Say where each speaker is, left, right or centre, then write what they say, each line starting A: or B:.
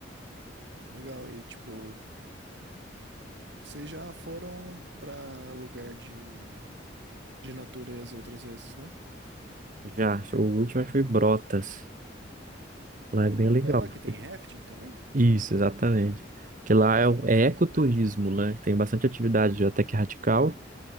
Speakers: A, on the right; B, on the right.
A: Legal. E tipo. Vocês já foram pra lugar de, de natureza outras vezes, né?
B: Já, o último acho que foi Brotas. Lá é bem legal.
A: É lá que
B: porque-
A: tem rafting também?
B: Isso, exatamente. Que lá é, o- é ecoturismo, né? Tem bastante atividade até que radical.